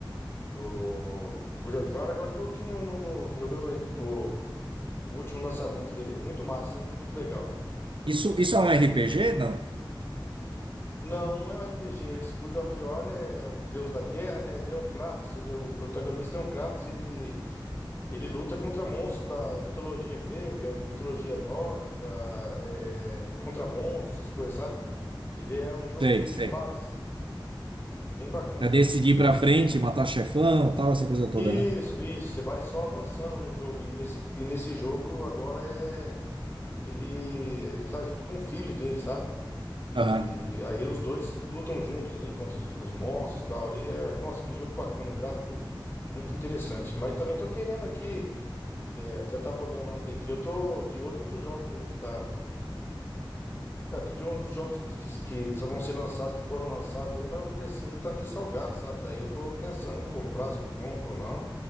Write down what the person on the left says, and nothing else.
do God of War, agora tô aqui no, no- no- jogando aí o, o último lançamento dele. aí. Muito massa, hein? Muito legal.
Não, não é um RPG. Esse God of War é o deus da guerra, né? Ele é o Kratos, ele é o protagonista é um Kratos, ele Ele luta contra monstros da mitologia grega, mitologia nórdica, é, contra monstros, essas coisas, sabe? Ele é um jogo
de,
de fases. Bem bacana.
Isso,
isso. Você vai só avançando no jogo. E nesse, e nesse jogo agora é. Ele, ele tá junto com o filho dele, sabe? E
aí os dois lutam juntos ali contra os, os monstros e tal. Ali é, nossa, que jogo bacana. O gráfico muito interessante. Mas também tô querendo aqui. É, até tava olhando ontem aqui. Eu tô de olho em outros jogos aí que tá. É, tô de olho nos jogos que, que, que só vão ser lançados, que foram lançados aí, mas o precinho tá meio salgado, sabe? Daí eu tô pensando em comprar, se eu compro ou não.